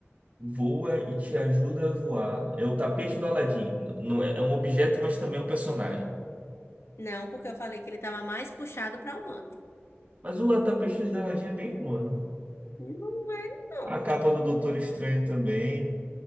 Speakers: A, on the right; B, on the left.
A: Voa e te ajuda a voar. É o tapete do Aladim. Não é, é um objeto, mas também é um personagem.
B: Não, porque eu falei que ele estava mais puxado para humano.
A: Mas o tapete do Aladim é bem humano.
B: Não é, não.
A: A capa do Doutor Estranho também.